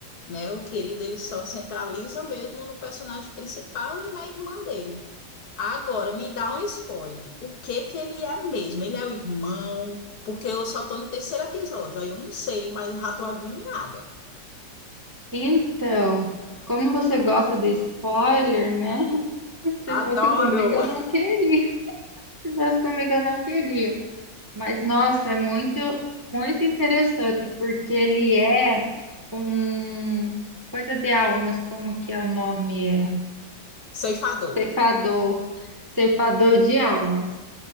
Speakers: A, on the left (about 60°); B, on the right (about 15°).
A: né? O querido ele só centraliza mesmo no personagem principal e na irmã dele. Agora, me dá um spoiler. O que que ele é mesmo? Ele é o irmão? Porque eu só tô no terceiro episódio, aí eu não sei, mas eu já tô agoniada.
B: Então, como você gosta de spoiler, né? <laughs> Se
A: Adoro!
B: fosse comigo, eu não
A: <laughs>
B: queria. Se fosse comigo, eu não queria. Mas, nossa, é muito, muito interessante, porque ele é um coisa de almas, como que é o nome? É
A: Ceifador.
B: ceifador, ceifador de almas.